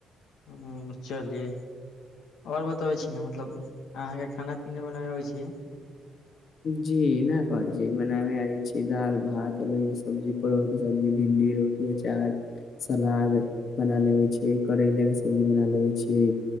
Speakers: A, on the left; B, on the left.
A: हँ चलियै आओर बतबै छी ने मतलब अहाँके खाना पीना बनेने अबै छी।
B: जी एना करै छी बनाबे आइ छी दाल भात कोबी के सब्जी परोर के सब्जी भि घी रोटी अचार। सलाद बना लेबै छियै करैलाके सब्जी बना लेबै छियै